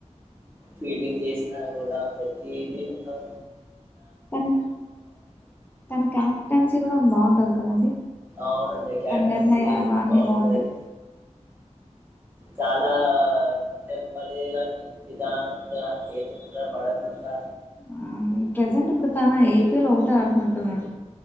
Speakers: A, on the right; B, on the left.
A: ఫీల్డింగ్ చేసినా కూడా ప్రతిదీ మొత్తాం
B: తన తన క్యాప్టెన్సీ కూడా బాగుంటంది కదండడి
A: అవునండి క్యాప్టెన్సీ
B: తన్ర్ణయా వాన్ీ
A: బాగుంటది
B: బాం
A: చాలా నెమ్మదిగా ని నిదానంగా ఏ తొందర పడకుండా
B: ఆ ఈ ప్రెజెంట్ ఇప్పుడు తన ఐపీఎల్ ఒకట ఆడుతుంటున్నాడు